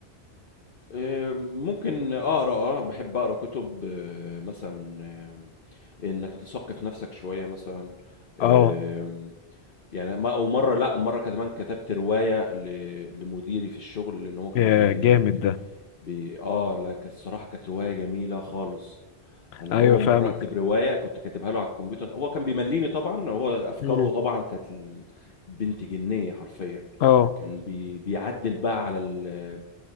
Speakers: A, on the left; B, on the left.
A: آه، ممكن أقرأ آه بحب أقرأ كتب آه، مثلا آه، إنك تثقف نفسك شوية مثلا آه،
B: اه
A: يعني ما أو مرة لأ مرة كمان كتبت رواية ل- لمديري في الشغل لأن هو كان
B: يا
A: بي
B: جامد
A: بي...
B: ده
A: اه لا كانت الصراحة كانت رواية جميلة خالص انا
B: ايوه
A: اول
B: فاهمك
A: مرة اكتب رواية كنت كاتبها له على الكمبيوتر هو كان بيمليني طبعا هو افكاره
B: مم.
A: طبعا كانت ال- بنت جنية حرفيا
B: اه
A: كان بي... بيعدل بقى على ال...